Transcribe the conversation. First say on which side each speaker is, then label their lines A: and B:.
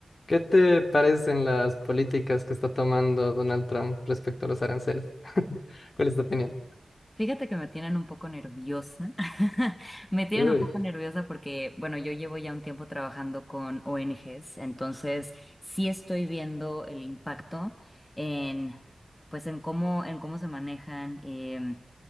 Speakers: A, on the left; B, on the left.
A: ¿Qué te parecen las políticas que está tomando Donald Trump respecto a los aranceles? <laughs> ¿Cuál es tu opinión?
B: Fíjate que me tienen un poco nerviosa. <laughs> Me tienen
A: Uy,
B: un poco nerviosa porque, bueno, yo llevo ya un tiempo trabajando con ONGs, entonces sí estoy viendo el impacto en, pues, en cómo, en cómo se manejan. em,